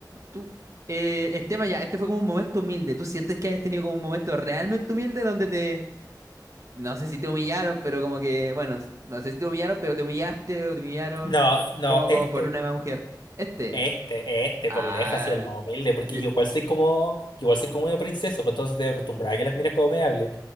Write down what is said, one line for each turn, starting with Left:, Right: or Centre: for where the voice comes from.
Right: tú, eh, el tema ya, este fue como un momento humilde. ¿Tú sientes que has tenido como un momento realmente humilde donde te, no sé si te humillaron, pero como que, bueno, no sé si te humillaron, pero te humillaste o te humillaron
Left: No, no,
Right: como,
Left: este.
Right: como por una mujer? Este.
Left: Este, este,
Right: Ah,
Left: por lejos, así el más humilde, porque
Right: ya.
Left: yo igual soy como, yo igual soy como medio princeso, pues entonces estoy acostumbrada a que las miras como me hablen.